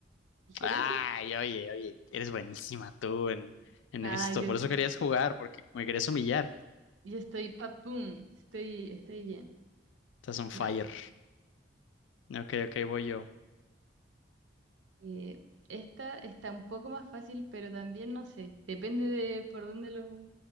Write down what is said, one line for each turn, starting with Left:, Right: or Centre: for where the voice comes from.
Right: ¿El silencio?
Left: Ay, oye, oye, eres buenísima tú en, en
Right: Ah,
Left: esto.
Right: yo,
Left: Por eso querías jugar, porque me querías humillar.
Right: yo estoy papum, estoy, estoy bien.
Left: Estás on fire.
Right: Ya.
Left: Ok, ok, voy yo.
Right: Eh, esta está un poco más fácil, pero también no sé. Depende de por dónde lo,